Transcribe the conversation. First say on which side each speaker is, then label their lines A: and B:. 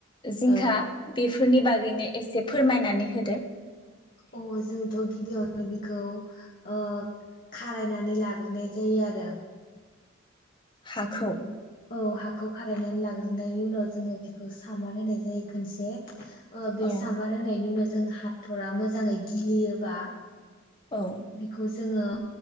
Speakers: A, on the left; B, on the left.
A: जिंखा
B: औ
A: बेफोरनि बागैनो एसे फोरमायनानै होदो
B: अ जोंथ' गिबियावनो बेखौ ओ खारायनानै लाग्रोनाय जायो आरो।
A: हाखौ
B: <inaudible> औ हा खारायनानै लाग्रोनायनि उनाव जोङो बिखौ सामार होनाय जायो खनसे ओ बे
A: औ
B: सामार होननायनि उनाव सो हाथरा मोजाङै गिलियोबा
A: औ
B: बिखौ जोङो